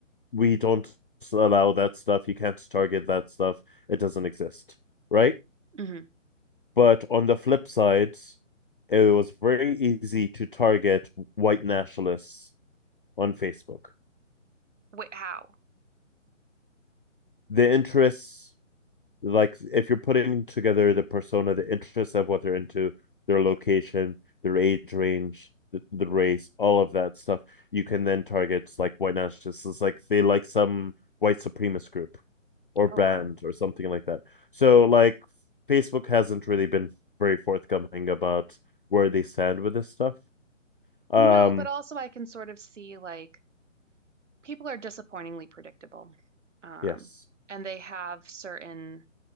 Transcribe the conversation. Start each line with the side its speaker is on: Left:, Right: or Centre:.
Left: we don't allow that stuff. You can't target that stuff. It doesn't exist, right?
Right: hmm
Left: But on the flip side, it was very easy to target white nationalists on Facebook.
Right: Wait, how?
Left: The interests like if you're putting together the persona, the interests of what they're into, their location, their age range, the, the race, all of that stuff, you can then target like white nationalists. It's like they like some white supremacist group or brand
Right: Oh, wow.
Left: or something like that. So like Facebook hasn't really been very forthcoming about where they stand with this stuff. Um,
Right: No, but also I can sort of see like people are disappointingly predictable. Um,
Left: yes,
Right: and they have certain